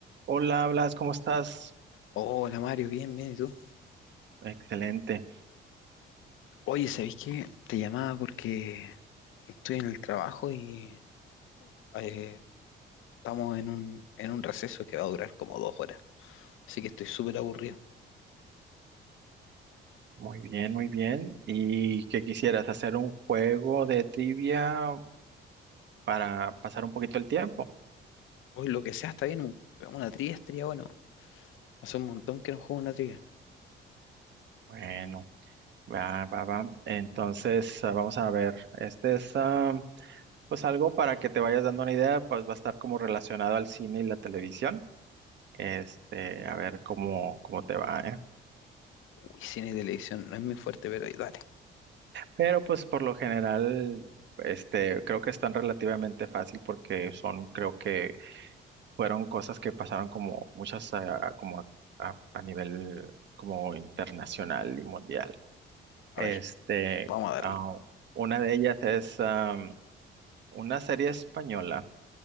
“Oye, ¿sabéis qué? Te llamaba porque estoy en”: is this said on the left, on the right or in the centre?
Left